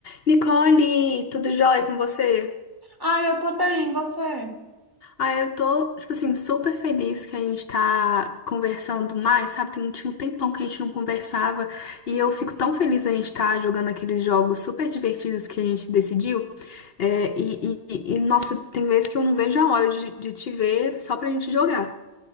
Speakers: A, on the left (about 60°); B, on the right (about 20°).
A: Nicole, tudo jóia com você?
B: Ah, eu tô bem, você?
A: Ah, eu tô, tipo assim, super feliz que a gente tá conversando mais, sabe? Tem, tinha um tempão que a gente não conversava e eu fico tão feliz a gente tá jogando aqueles jogos super divertidos que a gente decidiu. É, e, e- e- e, nossa, tem vezes que eu não vejo a hora de, de te ver só pra gente jogar.